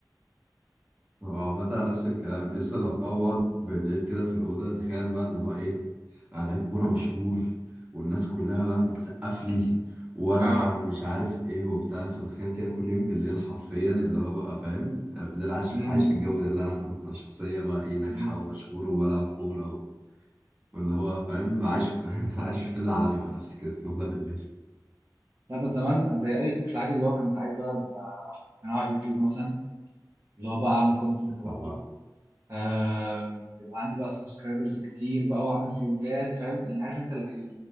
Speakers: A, on the right; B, on the right.
A: هو عامة على نفس الكلام لسه لو هو بقعد بالليل كده في الأوضة تخيل بقى اللي هو إيه آه، لعيب كورة مشهور والناس كلها بقى بتسقف لي والعب
B: اه
A: ومش عارف ايه وبتاع بس متخيل كده كل يوم بالليل حرفيا اللي هو بقى فاهم انا بالليل عايش
B: امم
A: عايش في الجو ده اللي انا خلاص انا شخصية بقى ايه ناجحة
B: امم
A: ومشهور وبلعب كورة و... واللي هو فاهم عايش في... <laughs> عايش في فيلم العالمي مع نفسي كده في الأوضة بالليل
B: لا بس زمان زي اي طفل عادي اللي هو كنت عايز بقى أبقى افتح قناه على اليوتيوب مثلا اللي هو بقى اعمل كونتنت برضه
A: طبعا
B: آه يبقى عندي بقى سبسكرايبرز كتير بقى واعمل فلوجات فاهم اللي عارف انت اللي